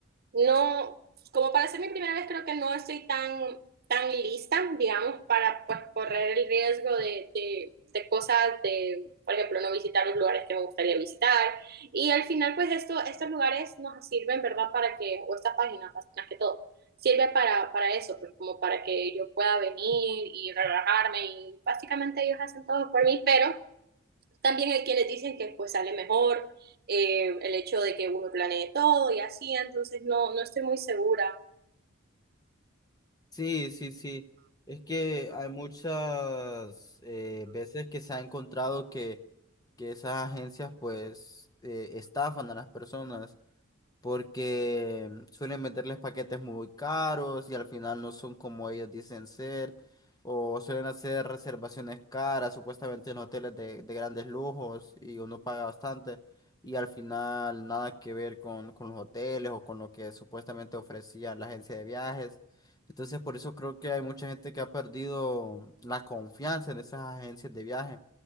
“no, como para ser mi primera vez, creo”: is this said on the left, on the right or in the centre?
Right